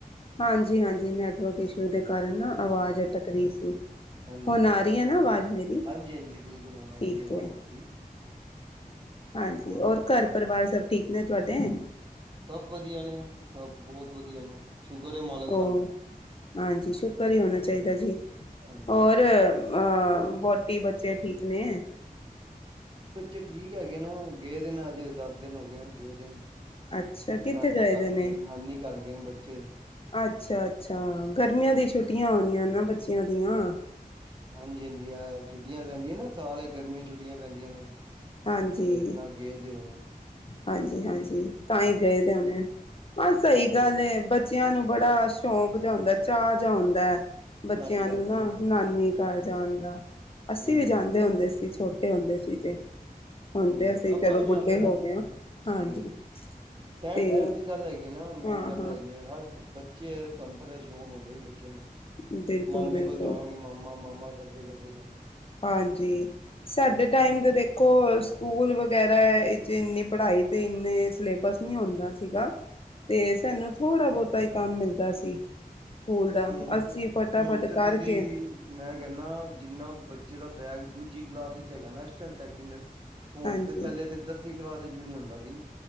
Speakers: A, on the left (about 40°); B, on the right (about 30°).
A: ਹਾਂਜੀ ਹਾਂਜੀ ਨੈਟਵਰਕ ਇਸ਼ੂ ਦੇ ਕਾਰਨ ਨਾ ਆਵਾਜ਼
B: ਹਾਂਜੀ
A: ਅਟਕ ਰਹੀ ਸੀ।
B: ਹਾਂਜੀ
A: ਹੁਣ
B: ਹਾਂਜੀ
A: ਆ
B: ਹਾਂਜੀ
A: ਰਹੀ ਹੈ ਨਾ ਆਵਾਜ਼ ਮੇਰੀ
B: ਹਾਂਜੀ ਹਾਂਜੀ ਬਿਲਕੁਲ ਹੁਣ ਆ
A: ਠੀਕ
B: ਰਹੀ ਹੈ ਆਵਾਜ਼
A: ਹੈ‌।
B: ਤੁਹਾਡੀ
A: ਹਾਂਜੀ
B: ਹੋਰ
A: ਔਰ ਘਰ ਪਰਿਵਾਰ ਸਭ ਠੀਕ ਨੇ ਤੁਹਾਡੇ?
B: ਸਭ ਵਧੀਆ ਨੇ ਸਭ ਬਹੁਤ ਵਧੀਆ ਨੇ ਸ਼ੁਕਰ ਐ ਮਾਲਕ
A: ਉਹ
B: ਦਾ।
A: ਹਾਂਜੀ ਸ਼ੁਕਰ ਹੀ ਹੋਣਾ ਚਾਹੀਦਾ ਜੀ
B: ਹਾਂਜੀ
A: ਹੋਰ। ਅ ਵਹੁਟੀ ਬੱਚੇ ਠੀਕ ਨੇ।
B: ਬੱਚੇ ਠੀਕ ਹੈਗੇ ਨਾ ਗਏ ਦੇ ਨ ਅਜੇ ਦੱਸ ਦਿਨ ਹੋ ਗਏ ਨੇ ਗਏ ਦੇ ਨੂੰ।
A: ਅੱਛਾ ਕਿੱਥੇ
B: ਨਾਨੀ
A: ਗਏ ਦੇ ਨੇ
B: ਘਰ ਗਏ ਨੇ ਬੱਚੇ।
A: ਅੱਛਾ ਅੱਛਾ ਗਰਮੀਆਂ
B: ਹਾਂਜੀ
A: ਦੀ ਛੁੱਟੀਆਂ ਹੋਣੀਆਂ ਨਾ ਬੱਚਿਆਂ ਦੀਆਂ।
B: ਹਾਂਜੀ ਹਾਂਜੀ ਆ ਛੁੱਟੀਆਂ ਪੈਂਦੀਆਂ ਨਾ ਸਾਲ ਗਰਮੀਆਂ ਛੁੱਟੀਆਂ ਪੈਂਦੀਆਂ ਨੇ।
A: ਹਾਂਜੀ
B: ਤੇ ਆਪਣਾ ਗਏ ਦੇ ਹੋਏ ਨੇ
A: ਹਾਂਜੀ ਹਾਂਜੀ।
B: ਹਾਂ
A: ਤਾਂ ਹੀ ਗਏ ਤੇ ਹਣੇ ਆ ਬ ਸਹੀ
B: ਬਿਲਕੁਲ
A: ਗੱਲ
B: ਬਿਲਕੁਲ
A: ਹੈ ਬ ਬੱਚਿਆਂ ਨੂੰ ਬੜਾ ਸ਼ੌਂਕ ਜਾ ਆਂਦਾ ਚਾਹ ਜ ਆਉਂਦਾ ਹੈ ਬੱਚਿਆਂ
B: ਨਾਨੀ ਘਰ
A: ਨੂੰ ਨਾ
B: ਜਾਣ ਦਾ
A: ਨਾਨੀ ਘਰ ਜਾਣ ਦਾ ਅਸੀਂ
B: ਹੂੰ
A: ਵੀ ਜਾਂਦੇ ਹੁੰਦੇ ਸੀ ਛੋਟੇ ਹੁੰਦੇ ਸੀ ਤੇ ਹੁਣ
B: ਹਾਂਜੀ
A: ਤੇ
B: ਹਾਂਜੀ
A: ਅਸੀਂ
B: ਆਪਾਂ
A: ਚਲੋ
B: ਵੀ ਜਾਂਦੇ
A: ਬੁੱਢੇ
B: ਸ
A: ਹੋ ਗਏ ਹਾਂ
B: ਠੀਕ
A: ਹਾਂਜੀ
B: ਹੈ। ਟੈਮ
A: ਤੇ
B: ਟਾਈਮ ਦੀ ਗੱਲ ਹੈਗੀ ਨਾ ਮੇਨ
A: ਹਾਂ
B: ਗੱਲ
A: ਹਾਂ
B: ਹੈਗੀ ਆ ਹਰ ਬ ਬੱਚੇ ਤੁਹਾਨੂੰ ਪਤਾ ਹੀ ਸ਼ੌਕ ਹੁੰਦਾ ਸੀ ਬੱਚਿਆਂ ਨੂੰ
A: ਬਿਲਕੁਲ
B: ਮਾਮੇ
A: ਬਿਲਕੁਲ
B: ਕੋਲ ਜਾਵਾਂਗੇ ਮਾਮਾ ਮਾਮਾ ਕਰਦੇ ਕਰਦੇ ਜਾਂਦੇ।
A: ਹਾਂਜੀ ਸਾਡੇ
B: ਹਮ
A: ਟਾਈਮ ਦੇ ਦੇਖ ਦੇਖੋ ਸਕੂਲ ਵਗੈਰਾ ਵਿੱਚ ਇੰਨੀ ਪੜ੍ਹਾਈ ਤੇ ਇੰਨੇ ਸਿਲੇਬਸ ਨਹੀਂ ਹੁੰਦਾ ਸੀਗਾ। ਤੇ ਸਾਨੂੰ ਥੋੜ੍ਹਾ ਬਹੁਤਾ ਹੀ ਕੰਮ ਮਿਲਦਾ ਸੀ। ਸਕੂਲ ਦਾ
B: ਹੁਣ
A: ਅਸੀਂ
B: ਤੇ
A: ਫਟਾਫਟ
B: ਹੁਣ ਤੇ
A: ਕਰਕੇ
B: ਤੁਸੀਂ ਮੈਂ ਕਹਿੰਦਾ ਜਿੰਨਾ ਬੱਚੇ ਦਾ ਬੈਗ ਦੂਜੀ ਕਲਾਸ ਚ ਹੈਗਾ ਨਾ ਇਸ ਟਾਈਮ ਸੈਕਿੰਡ ਹੁਣ
A: ਹਾਂਜੀ
B: ਤੇ ਪਹਿਲੇ ਤੇ ਦਸਵੀਂ ਕਲਾਸ ਚ ਵੀ ਨਹੀਂ ਹੁੰਦਾ ਸੀ।